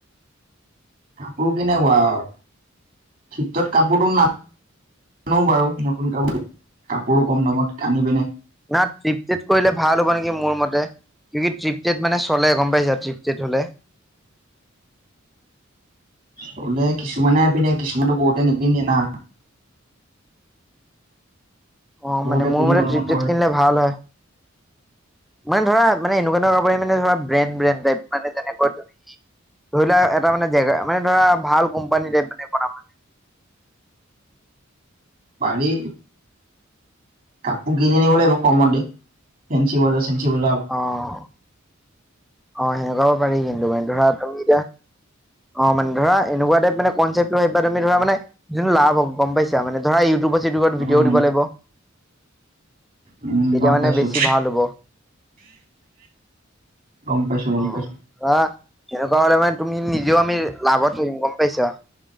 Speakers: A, on the right (about 45°); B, in the centre.
A: কাপোৰ কেনেকুৱা আৰু। ঠিক তত কাপোৰতো নানো বাৰু। নতুন কাপোৰ- কাপোৰো কম দামত আনি পিনে
B: না ত্ৰিপ-টিত কৰিলে ভাল হ'ব নেকি মোৰ মতে? কি ট্ৰিপটেট মানে চলে গম পাইছা? ট্ৰিপটেট হ'লে।
A: বলে কিছুমানে পিন্ধে, কিছুমানতো বহুতে নিপিন্ধে না।
B: অ'
A: বহুতে
B: মানে মোৰ
A: পিন্ধি
B: মানে
A: অলপমান
B: থ্ৰিফটেট
A: কৰে
B: কিনিলে ভাল হয়। মানে ধৰা মানে এনেকুৱা ধৰ মানে ধৰা ব্ৰেনড - ব্ৰেনড টাইপ, মানে যেনেকৈ <inaudible> ধৰি লোৱা এটা মানে জেগা- মানে ধৰা, ভাল কোম্পানী টাইপ মানে বনাম মানে।
A: পাৰি। কাপোৰ কিনি আনিব লাগিব কমত দি, ফেঞ্চি বজাৰ চে ঞ্চি বজাৰৰ
B: অ'
A: পা।
B: অ' সেনেকুৱাব পাৰি, কিন্তু মানে ধৰা তুমি এতিয়া অ' মানে ধৰা এনেকুৱা টাইপ মানে কনচেপটো এবাৰ তুমি ধৰা মানে যোনটো লাভ হ'ব গম পাইছা? মানে ধৰা ইউটিউবত- চিটিউবত
A: উম,
B: ভিডিঅ' দিব লাগিব।
A: উম,
B: তেতিয়া
A: গম
B: মানে
A: পাইছো,
B: বেছি ভাল হ'ব।
A: গম পাইছো, গম
B: অ'
A: পাইছো।
B: ধৰা সেনেকুৱা হ'লে মানে তুমি নিজে তো আমি লাভত থাকিম, গম পাইছা?